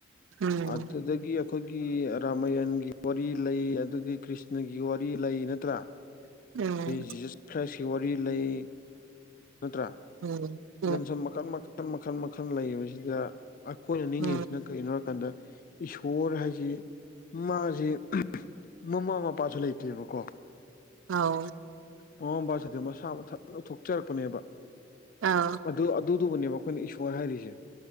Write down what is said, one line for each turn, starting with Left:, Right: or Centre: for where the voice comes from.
Right: ꯎꯝ
Left: ꯑꯗꯨꯗꯒꯤ ꯑꯩꯈꯣꯏꯒꯤ ꯔꯥꯃꯥꯌꯟꯒꯤ ꯋꯥꯔꯤ ꯂꯩ ꯑꯗꯨꯗꯒꯤ ꯀ꯭ꯔꯤꯁꯅꯒꯤ ꯋꯥꯔꯤ ꯂꯩ ꯅꯠꯇ꯭ꯔꯥ
Right: ꯎꯝ
Left: ꯖꯤꯖꯁ ꯈ꯭ꯔꯥꯏꯁꯀꯤ ꯋꯥꯔꯤ ꯂꯩ ꯅꯠꯇ꯭ꯔꯥ
Right: ꯎꯝ
Left: ꯑꯗꯨꯅ
Right: ꯎꯝ
Left: ꯁꯨꯝ ꯃꯈꯟ ꯃꯈꯜ ꯃꯈꯜ ꯃꯈꯜ ꯂꯩꯔꯤꯕꯕꯁꯤꯗ ꯑꯩꯈꯣꯏꯅ ꯅꯤꯡꯉꯤꯁꯤꯅ
Right: ꯎꯝ
Left: ꯀꯔꯤꯅꯣ ꯍꯥꯏꯔꯀꯥꯟꯗ ꯏꯁꯣꯔ ꯍꯥꯏꯁꯤ ꯃꯥꯁꯤ ꯃꯃꯥ ꯃꯄꯥꯁꯨ ꯂꯩꯇꯦꯕꯀꯣ
Right: ꯑꯥꯎ
Left: ꯃꯃꯥ ꯃꯄꯥ ꯂꯩꯇꯦ ꯃꯁꯥ ꯃꯊꯟ ꯂꯧꯊꯣꯛꯆꯔꯛꯄꯅꯦꯕ
Right: ꯑꯧ
Left: ꯑꯗꯨ ꯑꯗꯨꯗꯨꯕꯨꯅꯦꯕ ꯑꯩꯈꯣꯏꯅ ꯏꯁꯣꯔ ꯍꯥꯏꯔꯤꯁꯦ